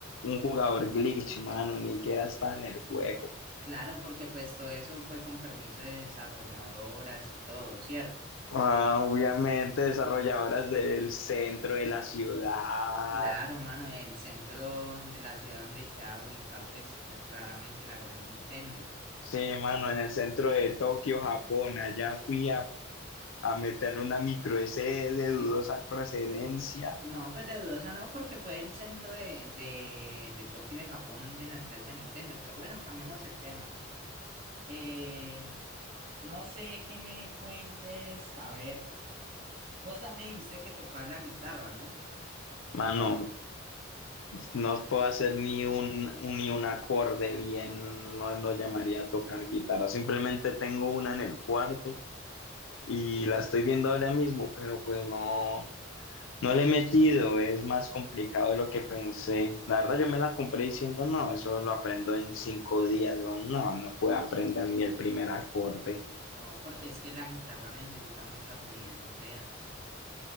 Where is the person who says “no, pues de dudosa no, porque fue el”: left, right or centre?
Right